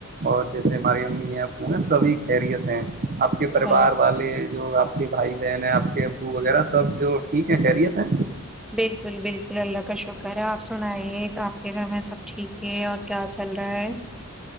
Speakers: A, on the right (about 40°); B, in the centre.
A: اور جیسے ہماری امی ہیں او ہیں سبھی خریت ہیں آپ کے
B: اچھا
A: پریوار والے جو آپ کے بھائی بہن ہیں آپ کے او وغیرہ سب جو ٹھیک ہے خریت ہیں
B: بالکل بالکل اللہ کا شکر ہے آپ سنائیے کہ آپ کے گھر میں سب ٹھیک ہے اور کیا چل رہا ہے